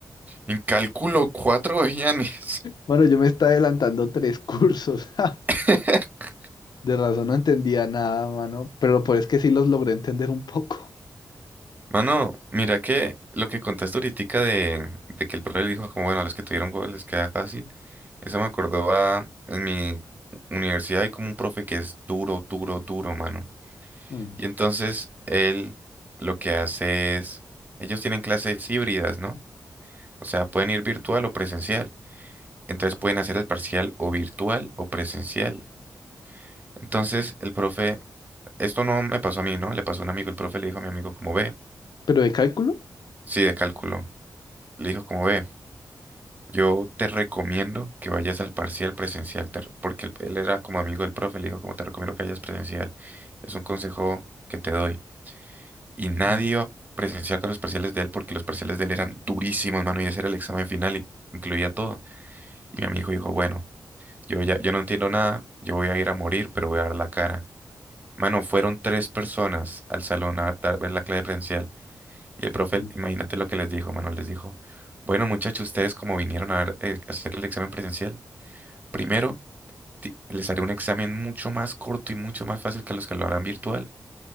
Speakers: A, on the right; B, on the left.
A: En cálculo, cuatro vejianes.
B: Bueno, yo me estaba adelantando tres cursos. <laughs> ja.
A: <laughs>
B: De razón no entendía nada, mano. Pero por es que sí los logré entender un poco.
A: Mano, mira que lo que contaste ahorita de, de que el profe le dijo como, bueno, a los que tuvieron huevos les queda fácil. Eso me acordó a... En mi universidad hay como un profe que es duro, duro, duro, mano.
B: Mm,
A: Y entonces él lo que hace es... Ellos tienen clases híbridas, ¿no? O sea, pueden ir virtual o presencial. Entonces pueden hacer el parcial o virtual o presencial. Entonces el profe, esto no me pasó a mí, ¿no? Le pasó a un amigo, el profe le dijo a mi amigo como ve,
B: ¿Pero de cálculo?
A: sí, de cálculo. Le dijo como ve, yo te recomiendo que vayas al parcial presencial, te re- porque él, él era como amigo del profe, le dijo como te recomiendo que vayas presencial. Es un consejo que te doy. Y nadie
B: mm,
A: iba presencial con los parciales de él porque los parciales de él eran durísimos, mano, y ese era el examen final, in- incluía todo. Y mi amigo dijo, bueno, yo ya, yo no entiendo nada, yo voy a ir a morir, pero voy a dar la cara. Mano, fueron tres personas al salón a dar, ver la clase presencial. Y el profe,
B: mm.
A: imagínate lo que les dijo, mano, les dijo, bueno, muchachos, ustedes como vinieron a ver, eh, a hacer el examen presencial, primero ti- les haré un examen mucho más corto y mucho más fácil que los que lo harán virtual.